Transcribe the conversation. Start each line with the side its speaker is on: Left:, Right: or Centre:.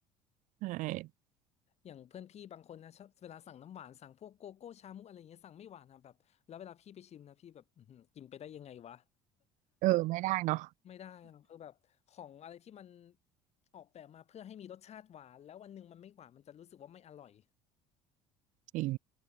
Right: ใช่
Left: อย่างเพื่อนพี่บางคนนะชอบเวลาสั่งน้ำหวานสั่งพวกโกโก้ชามุกอะไรอย่างเงี้ยสั่งไม่หวานนะแบบแล้วเวลาพี่ไปชิมนะพี่แบบอื้อหือกินไปได้ยังไงวะ
Right: เออไม่ได้เนาะ
Left: <laughs> ไม่ได้อะคือแบบของอะไรที่มันออกแบบมาเพื่อให้มีรสชาติหวานแล้ววันหนึ่งมันไม่หวานมันจะรู้สึกว่าไม่อร่อย
Right: จริง